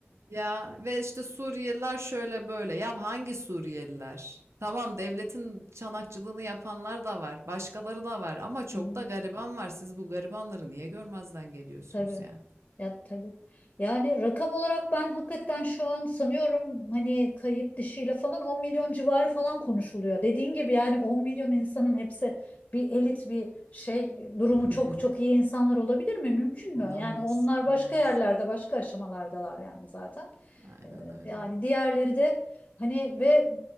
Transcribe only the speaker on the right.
ya ve işte Suriyeliler şöyle böyle. Ya hangi Suriyeliler? Tamam devletin çanakçılığını yapanlar da var. Başkaları da var ama çok
da gariban var. Siz bu garibanları niye görmezden geliyorsunuz
ya?
<laughs>
Olamaz,
olamaz.
Aynen
öyle.